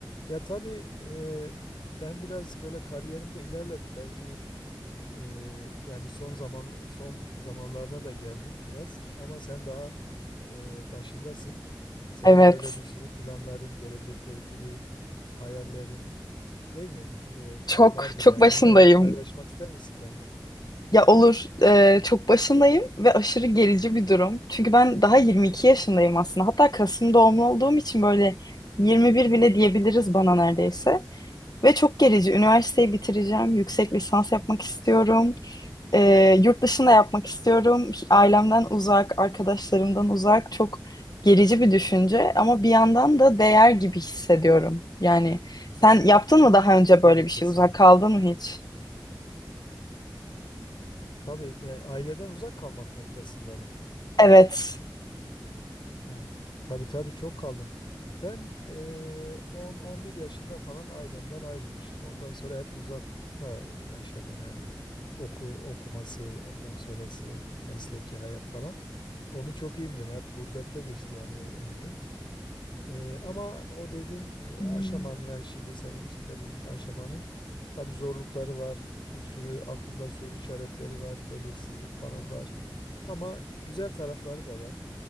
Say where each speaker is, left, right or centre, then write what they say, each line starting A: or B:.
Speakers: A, on the left; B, on the left.
A: Ya tabii e, ben biraz böyle kariyerimde ilerledim. Belki e, yani son zaman son zamanlarına da geldim biraz. Ama sen daha e, başındasın. Senin
B: Evet.
A: böyle bir sürü planların, gelecekle ilgili hayallerin değil mi? E,
B: Çok
A: vardır
B: çok
A: yani.
B: başındayım.
A: Onları paylaşmak ister misin benimle?
B: Ya olur, e, çok başındayım ve aşırı gerici bir durum. Çünkü ben daha 22 yaşındayım aslında. Hatta Kasım doğumlu olduğum için böyle 21 bile diyebiliriz bana neredeyse. Ve çok gerici. Üniversiteyi bitireceğim. Yüksek lisans yapmak istiyorum. Ee, yurt dışında yapmak istiyorum. Ailemden uzak, arkadaşlarımdan uzak. Çok gerici bir düşünce ama bir yandan da değer gibi hissediyorum. Yani sen
A: Tabii,
B: yaptın mı daha önce
A: tabii
B: böyle bir
A: kesinlikle.
B: şey? Uzak kaldın mı hiç?
A: Tabii e, aileden uzak kalmak noktasında mı?
B: Evet.
A: He, tabii tabii çok kaldım. Ben eee 10-11 yaşında falan ailemden ayrılmışım. Ondan sonra hep uzakta yaşadım yani. Oku, okuması, ondan sonrası mesleki hayat falan. Onu çok iyi bilirim. Hep gurbette geçti yani ö- ömrüm. Eee, ama o dediğin
B: Hmm.
A: e, aşamanın yani şimdi senin içinde bulunan aşamanın tabii zorlukları var. Bir sürü aklında soru işaretleri var. Belirsizlik falan var. Ama güzel tarafları da var.